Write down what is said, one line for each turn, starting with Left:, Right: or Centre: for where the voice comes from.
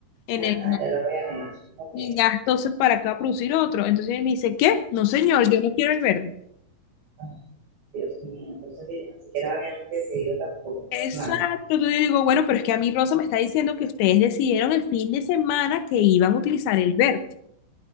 Left: en
Right: ajá,
Left: el
Right: ya lo habían hecho. Ok.
Left: y ya entonces para qué va a producir otro. Entonces él me dice, ¿qué? No, señor, yo no quiero el verde.
Right: Ah, Dios mío, entonces ni siquiera habíamos decidido tampoco.
Left: Exacto,
Right: Nada.
Left: entonces yo digo, bueno, pero es que a mí Rosa me está diciendo que ustedes decidieron el fin de semana que iban a utilizar el verde.